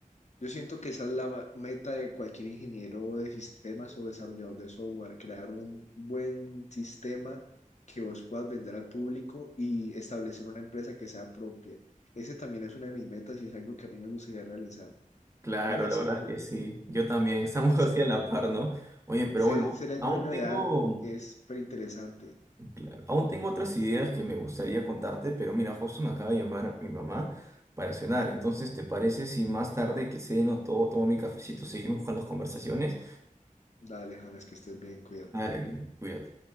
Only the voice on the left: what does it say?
Yo siento que esa es la ma- meta de cualquier ingeniero de sistemas o desarrollador de software, crear un buen sistema que vos puedas vender al público y establecer una empresa que sea propia. Ese también es una de mis metas y es algo que a mí me gustaría realizar.
Me parece
que
uno se-
ser,
ser el
dueño
de algo es súper interesante.
Dale, James, que estés bien, cuídate.